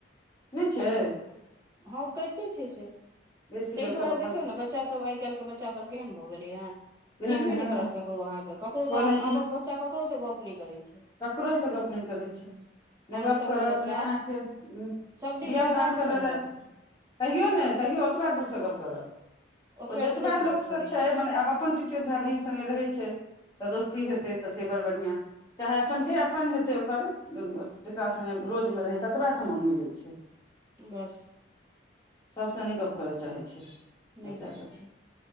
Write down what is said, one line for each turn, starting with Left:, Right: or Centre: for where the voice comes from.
Left: नहि छै
Right: हँ करिते छै से
Left: बेसी
Right: ताहि
Left: लोक
Right: दुआरे
Left: सब अपन
Right: देखियौ ने बच्चा सब आइ काल्हिके बच्च बच्चा सब केहन भऽ गेलै हन चिन्हबे
Left: एहन हँ
Right: नहि करत ककरो अहाँके ककरोसँब
Left: कोइ नहि
Right: आबक बच्चा ककरोसँ गप नहि करै छै
Left: ककरोसँ गप नहि करै छियै नहि
Right: हमर
Left: गप्प
Right: सभके
Left: करत
Right: बच्चा
Left: नहि अहाँकेँ
Right: सभदिन
Left: बियाह
Right: परिवारमे
Left: दान करबय लए
Right: रहल
Left: तहियो नहि तैयो ओतबा दूरसँ गप्प करत
Right: ओतबे
Left: ओ जतबा
Right: दूरेसँ
Left: लोकसँ
Right: गप्प करै
Left: छै मने आब अपन पितियो भाय बहिन सगे रहै छै तऽ दोस्ती हेतै तऽ से बड़ बढ़िआं चाहे अपन जे अपन हेते ओकर जेकरा सगे रोज में रहे ततबा समान मिले छै त <inaudible>
Right: बस
Left: सबसँ नय गप करय चाहै छ
Right: नहि
Left: बच्चा
Right: करै
Left: सब
Right: छै